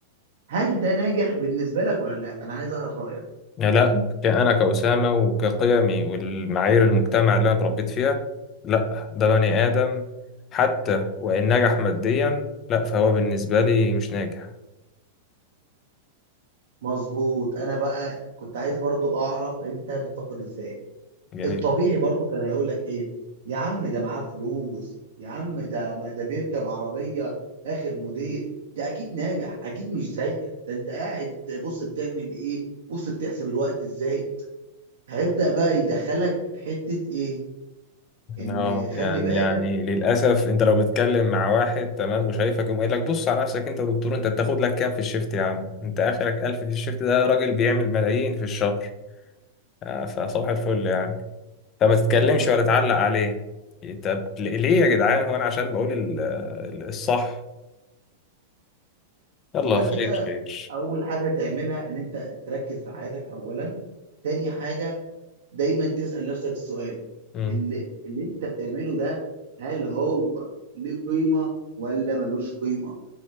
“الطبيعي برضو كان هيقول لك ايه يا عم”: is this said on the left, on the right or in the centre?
Right